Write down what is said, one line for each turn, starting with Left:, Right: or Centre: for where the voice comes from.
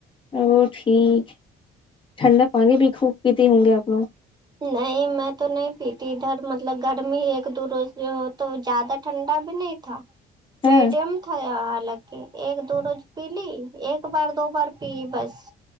Left: او ٹھیک ٹھنڈا پانی بھی خوب پیتے ہوں گے آپ لوگ
Right: نہیں میں تو نہیں پیتی اھر مطلب گرمی ایک دو روز بھی ہو تو زیادہ ٹھنڈا بھی نہیں تھا میڈم
Left: ہاں
Right: یا حالانکہ کے ایک دو روز پی لی ایک بار دو بار پی بس